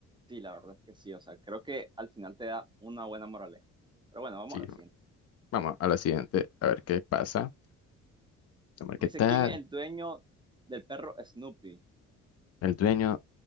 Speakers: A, on the right; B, on the left.
A: Sí, la verdad es que sí. O sea, creo que al final te da una buena moraleja. Pero bueno, vamos
B: Sí,
A: a la siguiente.
B: vamos a la siguiente, a ver qué pasa. Vamos a ver
A: Dice,
B: qué tal.
A: ¿quién es el dueño del perro Snoopy?
B: El dueño,